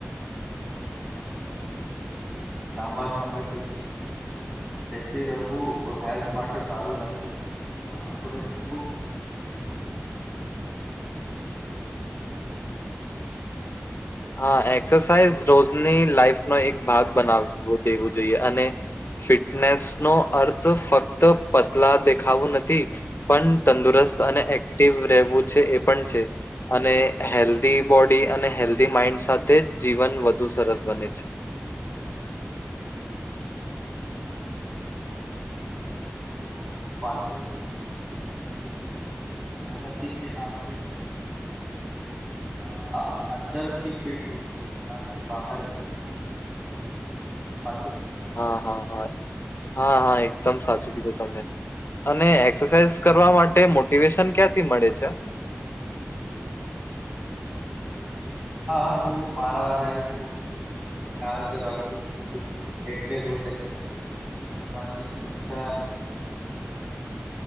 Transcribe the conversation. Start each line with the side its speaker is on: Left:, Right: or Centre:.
Right: આ લાંબા સમય સુધી બેસતી એસી રવુ હેલ્થ માટે સારું નથી. તો આપણે શું કન્ફલુઝન કઈ કઈ ગ,
Left: હા એક્સરસાઇઝ રોજની લાઈફ નો એક ભાગ બનાવવો દેવું જોઈએ અને ફિટનેસ નો અર્થ ફક્ત પતલા દેખાવો નથી પણ તંદુરસ્ત અને એક્ટિવ રહેવું છે એ પણ છે. અને હેલ્ધી બોડી અને હેલ્ધી માઇન્ડ સાથે જ જીવન વધુ સરસ બને છે.
Right: એને તો એ વાત તો સાચી કીધું જો પાટતો દીખ આ નથી કે આ ફિટ આ અંદરથી ફિટ હોવીું જોઈએ નાથી બહારથી સાાચુકી હતીું મેને
Left: હા હા હા હા હા એકદમ સાચું કીધું તમને અને એક્સરસાઇઝ કરવા માટે મોટિવેશન ક્યાંથી મળે છે.
Right: હા હું મારા હેલ્થલ યાદ રાખું છું એટલે રોજ એક્રસાઝ કરવાની ઈચ્છા થાય છે.